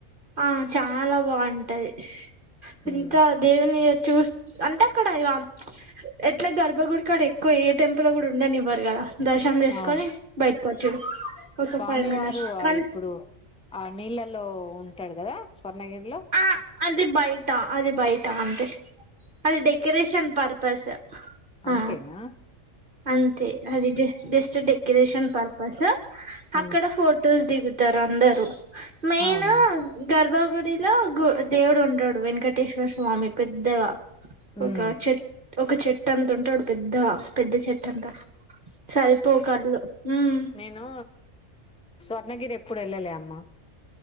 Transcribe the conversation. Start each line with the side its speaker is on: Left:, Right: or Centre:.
Right: ఆ చాలా బాగుంటది
Centre: ఉమ్
Right: ఎంతా దేవుని ఇగ చూస్త్ అంటే అక్కడ ఇగా ఎట్లా గర్భగుడి కాడ ఎక్కువ ఏ టెంపుల్ కూడా ఉండనివ్వరు కదా దర్శనం చేసుకొని
Centre: అవును
Right: బయటకు వచ్చుడు ఒక
Centre: స్వామి
Right: ఫైవ్ మినిట్స్
Centre: వారు
Right: కానీ
Centre: అది ఇప్పుడు ఆ నీళ్ళలో ఉంటాడు కదా స్వర్ణగిరిలో
Right: ఆ అది బయటా అది బయటా అంతే అది డెకరేషన్ పర్పస్
Centre: అంతేనా
Right: ఆ అంతే అది జ జస్ట్ డెకరేషన్ పర్పస్
Centre: ఉమ్
Right: అక్కడ ఫొటోస్ దిగుత తారందరు మెయిను
Centre: అవునా
Right: గర్భగుడిలో గు దేవుడు ఉంటాడు వెంకటేశ్వర స్వామి పెద్దగా ఒక
Centre: ఉమ్
Right: చెట్ ఒక చెట్టు అంత ఉంటాడు పెద్దగా పెద్ద చెట్టు అంతా సరిపోవు కళ్ళు హ్మ్
Centre: నేనూ స్వర్ణగిరి ఎప్పుడు వెళ్ళలే అమ్మ